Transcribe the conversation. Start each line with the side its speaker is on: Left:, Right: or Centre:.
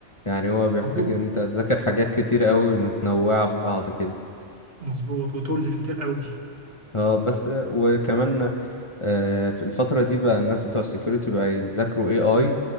Left: يعني هو بيحتاج
Right: وتو-
Left: ان انت تذاكر حاجات كتير قوي متنوعه في بعض كده
Right: مظبوط وتولز كتير قوي
Left: اه بس وكمان آه، في الفترة دي بقى الناس بتوع السكيورتي بقى يذاكروا اي اي